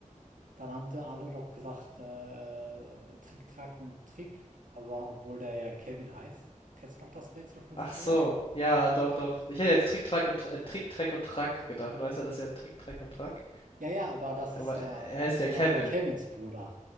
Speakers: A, on the right (about 85°); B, on the left (about 45°).
A: Dann haben sie alle doch gesagt, äh, Trick, Track und Trick. Aber obwohl der ja Kevin heißt. Kennst du noch das Rätsel von
B: Ach
A: früher?
B: so, ja, doch, doch. Ich hätte jetzt Trick, Track
A: Wie?
B: und Tr- äh, Trick, Track und Track gedacht. Weißt du, das ist ja Trick, Track und Track.
A: Ja, ja, aber das
B: Aber
A: ist ja,
B: er ist ja
A: genau,
B: Kevin.
A: aber Kevins Bruder.